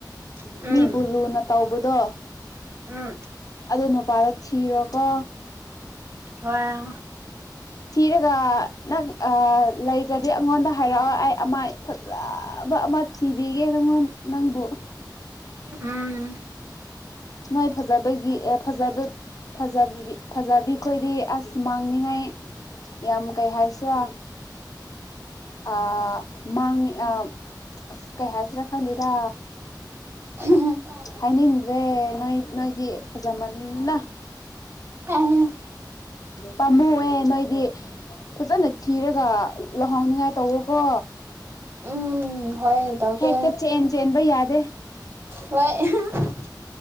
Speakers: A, on the right; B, on the left.
A: ꯎꯝ
B: ꯃꯤꯕꯨ ꯂꯨꯅ ꯇꯧꯕꯗꯣ
A: ꯎꯝ
B: ꯑꯗꯨ ꯅꯨꯄꯥꯗꯣ ꯊꯤꯔꯣꯀꯣ
A: ꯍꯣꯏ
B: ꯊꯤꯔꯒ ꯅꯪ ꯑꯥ ꯂꯩꯇ꯭ꯔꯗꯤ ꯑꯩꯉꯣꯟꯗ ꯍꯥꯏꯔꯛꯑꯣ ꯑꯩ ꯑꯃ ꯐꯥꯖꯕ ꯑꯃ ꯊꯤꯕꯤꯒꯦ ꯅꯪꯉꯣꯟ ꯅꯪꯕꯨ
A: ꯎꯝ
B: ꯅꯣꯏ ꯐꯥꯖꯕꯒꯤ ꯑꯦ ꯐꯥꯖꯕ ꯐꯥꯖꯕꯤ ꯐꯖꯕꯤꯈꯣꯏꯗꯤ ꯑꯁ ꯃꯥꯡꯅꯤꯡꯉꯥꯏ ꯌꯥꯝ ꯀꯩ ꯍꯥꯏꯁꯤꯔꯥ ꯑꯥ ꯃꯥꯡꯉꯤ ꯑꯥꯁ ꯀꯩ ꯍꯥꯏꯁꯤꯔꯥ ꯈꯪꯗꯦꯗ
A: <unintelligible>
B: ꯍꯥꯏꯅꯤꯡꯗ꯭ꯔꯦ ꯅꯣꯏ ꯅꯣꯏꯗꯤ ꯐꯥꯖꯃꯟꯗꯅ
A: ꯎꯝ
B: ꯄꯥꯝꯃꯨꯌꯦ ꯅꯣꯏꯗꯤ ꯐꯥꯖꯅ ꯊꯤꯔꯒ ꯂꯨꯍꯣꯡꯅꯤꯡꯉꯥꯏ ꯇꯧꯔꯣꯀꯣ
A: ꯎꯝ ꯍꯣꯏ ꯇꯧꯒꯦ
B: ꯍꯦꯛꯇ ꯆꯦꯟ ꯆꯦꯟꯕ ꯌꯥꯗꯦ
A: ꯍꯣꯏ